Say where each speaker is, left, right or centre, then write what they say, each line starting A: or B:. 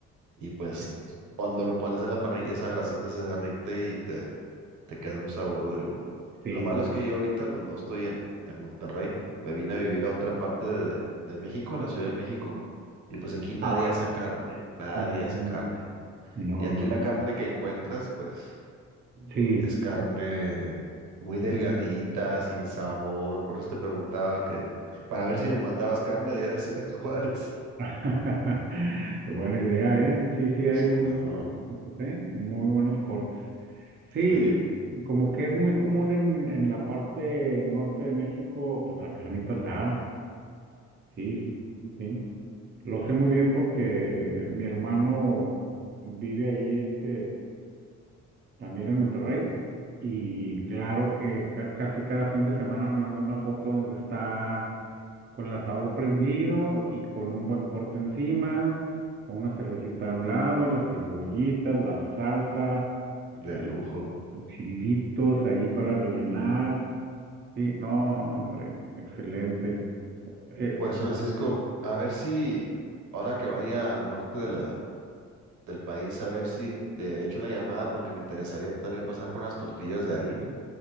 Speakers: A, on the right; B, on the right.
A: y pues
B: sí.
A: cuando lo pones en la parrilla esa grasita se derrite y te, te queda un sabor de lujo.
B: sí.
A: Lo malo es que yo ahorita pues no estoy en, en Monterrey, me vine a vivir a otra parte de, de de México, a la Ciudad de México, y pues aquí nadie
B: Ah,
A: hace
B: ya.
A: carne, nadie
B: Mm,
A: hace carne.
B: No,
A: Y aquí
B: no.
A: la carne que encuentras, pues
B: Sí,
A: es carne muy delgadita,
B: sí.
A: sin sabor. Por eso te preguntaba que, para ver si me mandabas carne de allá de <laughs> Ciudad Juárez.
B: <laughs> Qué buena idea, ¿eh? Sí, sí, hay
A: Sí,
B: muy buenos
A: no,
B: cortecitos, ¿eh? Muy buenos cortes. Sí,
A: sí, o
B: como que es muy común en, en la parte norte de México, pues la carnita asada. Sí, sí, sí. Lo sé muy bien porque eh, mi hermano vive ahí, este, también en Monterrey. Y claro que ca- casi cada fin de semana me manda una foto donde está con el asador prendido y con un buen corte encima, con una cervecita a un lado, las cebollitas, la salsa,
A: de
B: el-
A: lujo.
B: los chilitos ahí para rellenar. Sí, no, no, hombre, excelente. Eh,
A: Pues Francisco, a ver si ahora que vaya al norte de la, del país, a ver si te echo una llamada porque me interesaría también pasar por unas tortillas de harina,